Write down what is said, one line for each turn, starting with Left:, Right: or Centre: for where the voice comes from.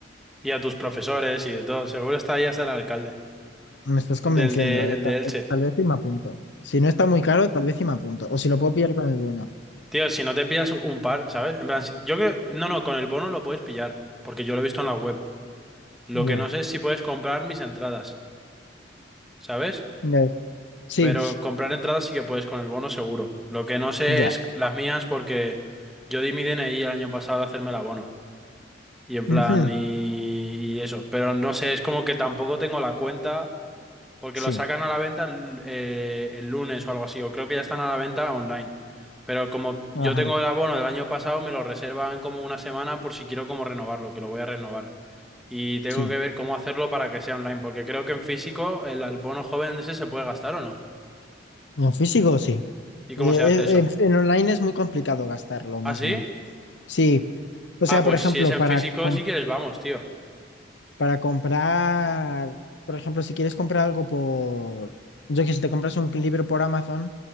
Centre: y a tus profesores y de todo, seguro está ahí hasta el alcalde,
Left: Me estás convenciendo,
Centre: del de,
Left: ¿eh?
Centre: el
Left: Tal
Centre: de
Left: vez,
Centre: Elche.
Left: tal vez y me apunto. Si no está muy caro, tal vez y me apunto. O si lo puedo pillar con el bono.
Centre: Tío, si no te pillas un par, ¿sabes? En plan, si- yo creo... No, no, con el bono lo puedes pillar, porque yo lo he visto en la web. Lo
Left: Ya.
Centre: que no sé es si puedes comprar mis entradas, ¿sabes?
Left: Ya es- Sí,
Centre: Pero comprar entradas sí que puedes con el bono seguro. Lo que no sé
Left: ya.
Centre: es las mías porque yo di mi DNI el año pasado al hacerme el abono. Y en
Left: Ujú,
Centre: plan, y, y eso. Pero no sé, es como que tampoco tengo la cuenta, porque
Left: Sí.
Centre: lo sacan a la venta el, eh, el lunes o algo así, o creo que ya están a la venta online. Pero como
Left: Ajá.
Centre: yo tengo el abono del año pasado, me lo reservan como una semana por si quiero como renovarlo, que lo voy a renovar. Y tengo
Left: Sí.
Centre: que ver cómo hacerlo para que sea online, porque creo que en físico el abono joven ese se puede gastar o no.
Left: En físico, sí.
Centre: ¿Y
Left: Eh,
Centre: cómo se hace
Left: eh,
Centre: eso?
Left: en, en online es muy complicado gastarlo, más
Centre: ¿Ah, sí?
Left: bien. Sí. O
Centre: Ah,
Left: sea,
Centre: pues
Left: por ejemplo,
Centre: si es en
Left: para,
Centre: físico,
Left: com-
Centre: si quieres, vamos, tío.
Left: Para comprar, por ejemplo, si quieres comprar algo por, yo que sé, te compras un libro por Amazon